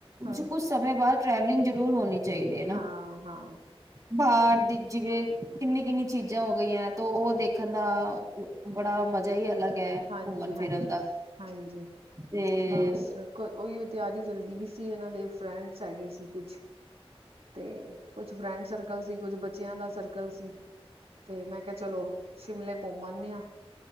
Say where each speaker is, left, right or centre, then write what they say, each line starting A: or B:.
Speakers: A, on the right; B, on the right.
A: ਹਮ
B: ਤੁ ਕੁਛ ਸਮੇਂ ਬਾਅਦ ਟਰੈਵਲਿੰਗ ਜ਼ਰੂਰ ਹੋਣੀ ਚਾਹੀਦੇ ਨਾ
A: ਹਾਂ ਹਾਂ
B: ਬਾਹਰ ਦੀ ਜਿਵੇਂ, ਕਿੰਨੀ-ਕਿੰਨੀ ਚੀਜ਼ਾਂ ਹੋ ਗਈਆਂ ਤੋ, ਉਹ ਦੇਖਣ ਦਾ ਬੜਾ ਮਜ਼ਾ ਹੀ ਅਲੱਗ
A: ਹਾਂਜੀ
B: ਘੁੰਮਣ
A: ਹਾਂਜੀ
B: ਫਿਰਨ ਦਾ।
A: ਹਾਂਜੀ
B: ਤੇ
A: ਬਸ ਉਹੀਓ ਤਿਆਰੀ ਚੱਲਦੀ ਪੀ ਸੀ, ਇਹਨਾਂ ਦੇ ਫਰੈਂਡਸ ਹੈਗੇ ਸੀ ਕੁਛ, ਤੇ ਕੁਛ ਫਰੈਂਡ ਸਰਕਲ ਸੀ, ਕੁਛ ਬੱਚਿਆਂ ਦਾ ਸਰਕਲ ਸੀ, ਤੇ, ਮੈਂ ਕਿਹਾ, ਚਲੋ ਸ਼ਿਮਲੇ ਘੁੰਮ ਆਂਨੇ ਆ।